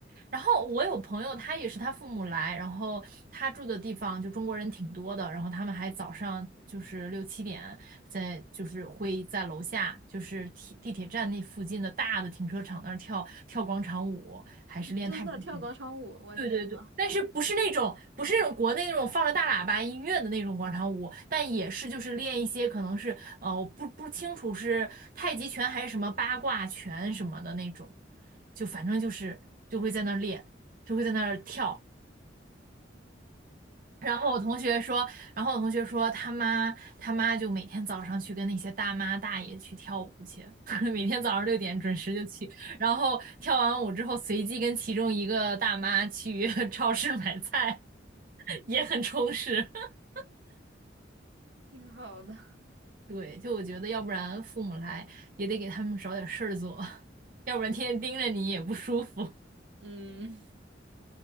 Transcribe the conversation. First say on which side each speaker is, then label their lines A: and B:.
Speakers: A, on the right; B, on the right.
A: 然后我有朋友，他也是他父母来，然后他住的地方就中国人挺多的，然后他们还早上就是六七点在就是会在楼下就是地地铁站那附近的大的停车场那儿跳跳广场舞，还是练太极拳。
B: <laughs> 真的跳广场舞，我天呐，
A: 对对对，但是不是那种不是那种国内那种放着大喇叭音乐的那种广场舞，但也是就是练一些可能是呃我不不清楚是太极拳还是什么八卦拳什么的那种。就反正就是就会在那儿练，就会在那儿跳。然后我同学说，然后我同学说他妈他妈就每天早上去跟那些大妈大爷去跳舞去，<laughs> 每天早上六点准时就去，然后跳完舞之后随机跟其中一个大妈去 <laughs> 超市买菜，<laughs> 也很充实。<laughs>
B: <laughs> 挺好的。
A: 对，就我觉得要不然父母来也得给他们找点事儿做，<laughs> 要不然天天盯着你也不舒服。
B: 嗯，